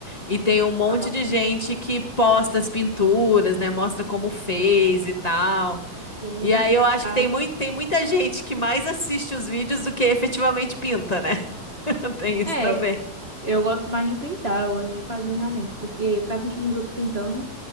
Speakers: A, on the left; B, on the right.
A: e tem um monte
B: tá bastante.
A: de gente que posta as pinturas, né, mostra como fez e tal.
B: Sim,
A: E aí eu acho
B: tá.
A: que tem muito, tem muita gente que mais assiste os vídeos do que efetivamente pinta, né? <laughs> Tem isso
B: É,
A: também.
B: eu gosto mais de pintar, eu gosto de fazer realmente, porque ficar assistindo os outros pintando,